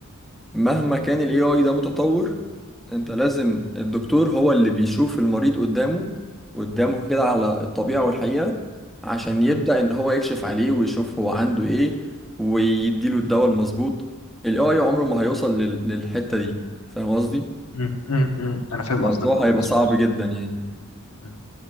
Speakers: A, in the centre; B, on the left.
A: مهما كان الاي اي ده متطور انت لازم الدكتور هو اللي بيشوف المريض قدامه قدامه كده على الطبيعة والحقيقة عشان
B: مم،
A: يبدأ ان هو يكشف عليه ويشوف هو عنده ايه ويديله الدواء المظبوط الاي اي عمره ما هيوصل لل- للحتة دي فاهم قصدي
B: مم، مم، مم. انا فاهم
A: الموضوع
B: قصدك اه
A: هيبقى
B: مظبوط
A: صعب جدا يعني
B: مم،